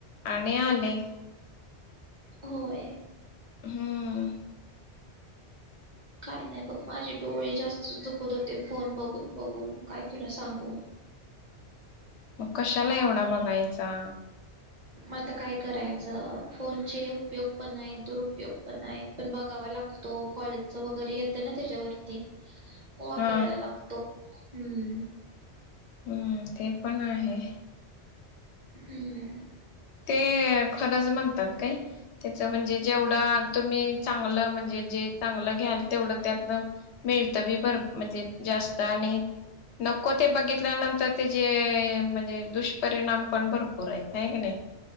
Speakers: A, on the left; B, on the right.
A: आणि आले
B: होय
A: हम्म
B: काय नाही बघ माझे डोळे जास्त दुखत होते फोन बघून बघून काय तुला सांगू
A: मग कशाला एवढा बघायचा
B: आता काय करायचं फोनचे उपयोग पण आहे दुरुपयोग पण आहे पण बघावा लागतो कॉलेजचा वगैरे येतं ना त्याच्यावरती वापरायला
A: हा
B: लागतो हम्म
A: हम्म ते पण आहे
B: हम्म
A: ते खराच म्हन का त्याच म्हणजे जेवढं तुम्ही चांगलं म्हणजे जे चांगलं घ्याल तेवढं त्यातलं मिळतं बी बर म्हणजे जास्त आणि नको ते बघितल्यानंतर त्याचे म्हणजे दुष्परिणाम पण भरपूर आहेत आहे की नाही